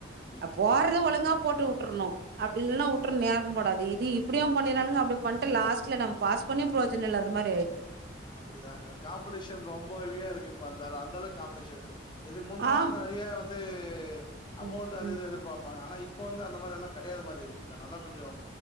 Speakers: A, on the left; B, on the right.
A: ம்
B: அ போட்றத ஒழுங்கா போட்டு வுட்ரணு அப்டி இல்லன வுட்ரனு யாருக்கு போடாதிங்க இது இப்டியு பண்ணிரானுங்க அப்டி பண்ட்டு லாஸ்ட்ல நம்ம பாஸ் பண்ணியு பிரயோஜன இல்லாத மாரி ஆயிருது
A: அப்டிதாங்க காம்பிடிஷன் ரொம்ப ஹெவியா இருக்கு இப்ப அந்த அந்த அளவு காம்புடிஷன் இருக்கு இதுக்கு முன்னையாவது
B: ஆம்
A: நிறையா வந்து அமௌண்ட்
B: ம்
A: அது
B: ம்
A: இது எதிர்பாப்பாங்க ஆனா இப் இப்ப வந்து அந்த மாதிரி எல்லா கெடையாத மாதிரி இருக்குங்க நல்லா கொஞ்சொ